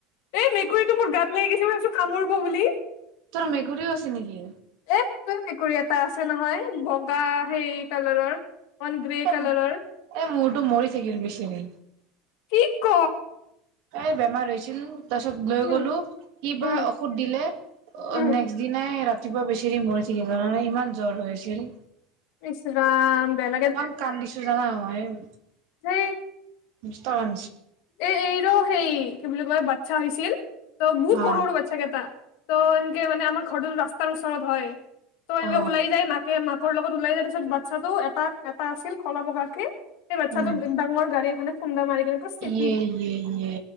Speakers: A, on the left (about 65°); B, on the right (about 60°).
A: এই মেকুৰীটো মোৰ গাত লাগি গৈছিল কামুৰিব বুলি
B: তোৰ মেকুৰীও আছে নেকি
A: সেইটোে মেকুৰী এটা আছে নহয় বগা হেই কালাৰৰ গ্ৰে
B: এ
A: কালাৰৰ
B: মোৰতো মৰি থাকিল বিছেৰি
A: কি ক
B: তাই বেমাৰ হৈছিল তাৰপিছত লৈ
A: উম
B: গ'লো কি বাা
A: উম
B: ঔষধ দিলে অ
A: উম
B: নেক্সট দিনাই ৰাতি ৰাতিপুৱা বেছেৰি মৰি থাকিল নহয় ইমান জ্বৰ হৈ আছিল
A: ইচ্ ৰাম বেয়া
B: ইমান কান্দিছো জানা মই হয় <inaudible>
A: সেই
B: ইস্তন
A: এ এই ৰ সেই কি বুলি কয় বাচ্ছা হৈছিল বহুত
B: অ
A: সৰু সৰু বাচ্ছা কেইটা ত এনকে আমৰ ঘৰতো ৰাস্তাৰ তাৰ ওচৰত হয় ত এনেকে
B: অ
A: ওলাই যায় মাাকে ম তোৰ লগত ওলাই যায় পিছত বাচ্ছা টো এটা এটা আছিল কলা বগাকে এই বাচ্ছাটোম
B: উম
A: ডাৰ গাড়ী এখে খুন্দা মাৰি কিনে পশিম
B: এয়ে এয়ে